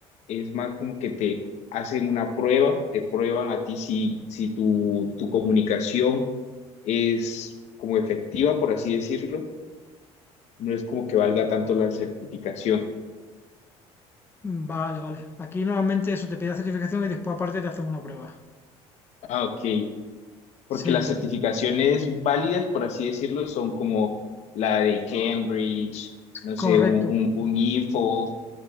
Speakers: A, on the left; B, on the left.
A: es más como que te hacen una prueba, te prueban a ti si, si tu, tu comunicación es como efectiva, por así decirlo, no es como que valga tanto la certificación.
B: Mm, Vale, vale. Aquí normalmente eso te pide la certificación y después aparte te hacen una prueba.
A: Ah, ok. porque
B: Sí,
A: las certificaciones válidas, por así decirlo, son como la de Cambridge, no
B: correcto.
A: sé, un, un, un IFO.